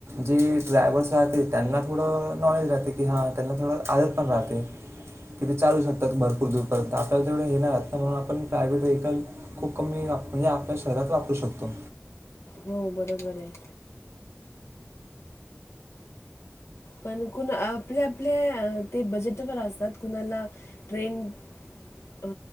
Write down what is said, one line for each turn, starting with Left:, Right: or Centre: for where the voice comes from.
Right: जे ड्रायव्हर्स राहतील त्यांना थोडं नॉलेज राहते की हां. त्यांना थोडं आदत पण राहते. कि ते चालू शतात भरपूर दूरपर्यंत आपल्याला तेवढ घ येणार ना म्हणून आपण प्रायव्हेट वहेिकल खूप कमी म्हणजे आपल्या शरीरात वापरू शकतो.
Left: हो बरोबर आहे. पण कुण आपले आपले ते बजेटवर असतात कुणाला ट्रेन अ